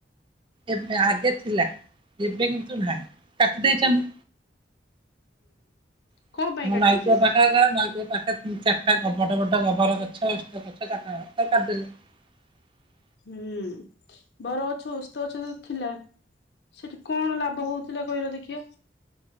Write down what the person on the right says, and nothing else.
ଏବେ ଆଗେ ଥିଲା ଏବେ କିନ୍ତୁ ନାହିଁ କାଟି ଦେଇଛନ୍ତି।
<unintelligible>
<unintelligible>